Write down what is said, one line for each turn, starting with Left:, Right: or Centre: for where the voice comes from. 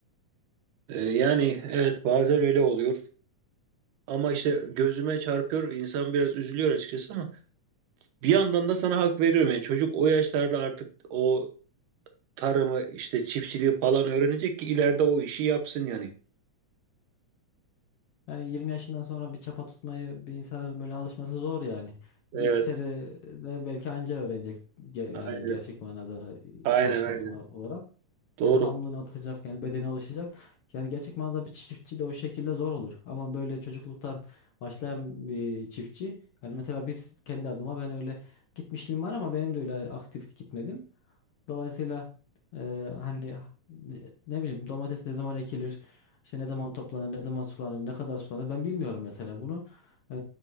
Right: Ee, yani evet bazen öyle oluyor. Ama işte gözüme çarpıyor. insan biraz üzülüyor açıkçası ama bir yandan da sana hak veriyorum. Yani çocuk o yaşlarda artık o tarımı işte çiftçiliği falan öğrenecek ki ileride o işi yapsın yani.
Left: Yani 20 yaşından sonra bir çapa tutmayı bir insanın böyle alışması zor yani.
Right: Evet.
Left: Bir iki sene de belki anca öğrenecek ge-
Right: Aynen.
Left: yani gerçek manada
Right: Aynen
Left: çalışmak
Right: aynen.
Left: ola- olarak.
Right: Doğru.
Left: Yani hamlını atacak yani bedeni alışacak. Yani gerçek manada bir çiftçi de o şekilde zor olur. Ama böyle çocukluktan başlayan bir çiftçi. Yani mesela biz kendi adıma ben öyle gitmişliğim var ama benim de öyle aktif gitmedim. Dolayısıyla e, hani ne, ne bileyim domates ne zaman ekilir, işte ne zaman toplanır, ne zaman sulanır, ne kadar sulanır ben bilmiyorum mesela bunu. E,